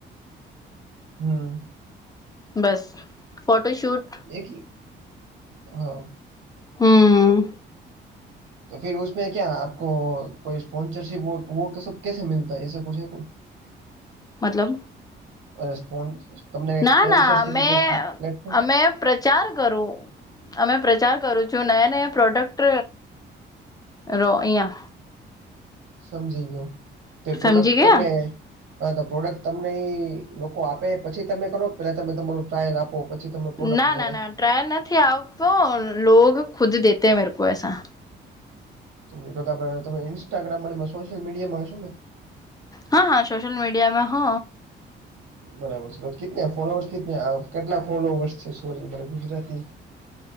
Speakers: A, on the right; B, on the left.
A: હમ
B: બસ ફોટોશૂટ
A: એકી <unintelligible> હા.
B: હમ
A: તો, ફરી ઉમે ક્યા આપકો? <inaudible> કોઈ સ્પોન્સરશિપ સબ કેસે મલતા એસા કછે કો <inaudible>
B: મતલબ?
A: અને તમને
B: ના
A: ક સ્પોન્સરશીપ
B: ના અમે
A: કક પ્લેટફોર્મ?
B: અમે પ્રચાર કરું, અમે પ્રચાર કરું છું નયા નયા પ્રોડક્ટ. રો અહીંયા.
A: સમજી ગયો, તે
B: સમજી
A: પ્રોડક્ટ
B: ગયા
A: તમને. હા, તો પ્રોડક્ટ તમને એ લોકો આપે, પછી તમે કરો. પેલા તમે તમાર ટ્રાયલ આપો. કો પછી તમને પ્રોડક્ટ
B: ના
A: મળે.
B: ના ના ટ્રાયલ નથી આવતો, લોગ ખુદ દેતે મેરે કો, એસા.
A: તમે તો આપડે ઇન્સ્ટાગ્રામ સોશિયલ મીડિયામાં હશો ને?
B: હા, હા, સોશયલ મીડિયામાં હ.
A: બરાબર છે, તો કે ફોલોવર્સ કિતને કેટલા ફોલોવર્સ છે? સોરી મને ગુજરાતી <inaudible>